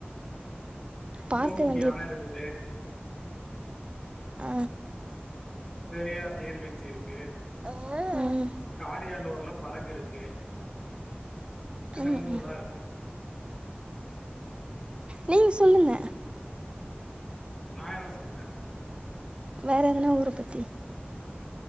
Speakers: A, on the right; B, on the left.
A: பார்க்க
B: கோமுகி
A: வேண்டிய
B: அண இருக்குது
A: ஆ
B: பெரியார் நீர்வீழ்ச்சி இருக்கு
A: ம்
B: காரியாலூர்ல படகு இருக்கு இந்த
A: ம்
B: மூணுதா
A: ம்
B: இருக்கு
A: நீங்க சொல்லுங்க
B: நான் என்ன சொல்றேன்
A: வேற எதுனா ஊர பத்தி